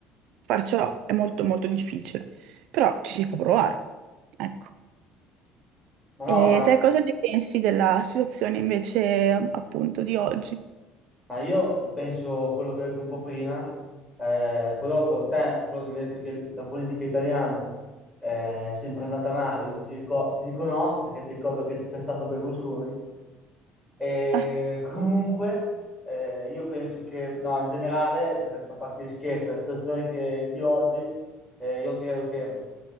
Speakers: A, on the right (about 65°); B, in the centre.
A: far ciò è molto molto difficile, però ci si può provare. Ecco.
B: Ma no,
A: E
B: ma
A: te cosa ne pensi della situazione invece appunto di oggi?
B: Ma io penso quello che ho detto un po' prima, eh, poi dopo te, solo che mi hai detto che la politica italiana eh, è sempre andata male, io ti dico, ti dico no, perché ti ricordo che c'è stato Berlusconi, e
A: Ah,
B: comunque, eh, io penso che, no, in generale, per- a parte gli scherzi, la situazione che- di oggi, eh, io credo che